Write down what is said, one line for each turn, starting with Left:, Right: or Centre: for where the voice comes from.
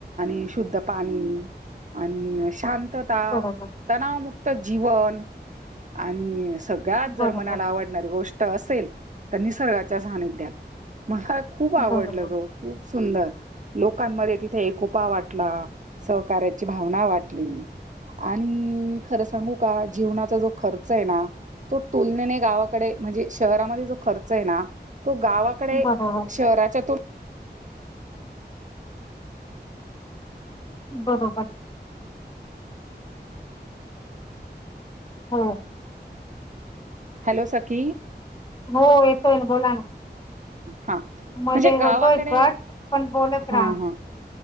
Right: आणि शुद्ध पाणी अ शांतता
Left: बरोबर
Right: तणावमुक्त जीवन आणि <unintelligible> गत जर
Left: बरोबर
Right: मनाला आवडणारी गोष्ट असेल तर निसर्गाच्या सानिध्यात मला खूप आवडलं
Left: बरोबर
Right: ग. खूप सुंदर लोकांमध्ये तिथे एकोपा वाटला सहकार्याची भावना वाटली आणि खरं सांगू का जीवनाचा जो खर्च आहे ना. तो तुलनेने गावाकडे म्हणजे शहरामध्ये जो खर्च आहे ना तो गावाकडे
Left: बरोबर
Right: शहराच्यातून
Left: बरोबर. हम.
Right: हॅलो सखी.
Left: हो येतोय बोला ना.
Right: हा म्हणजे
Left: मध्ये
Right: गावाकडे
Left: होतोय कट पण बोलत राहा.
Right: हा ह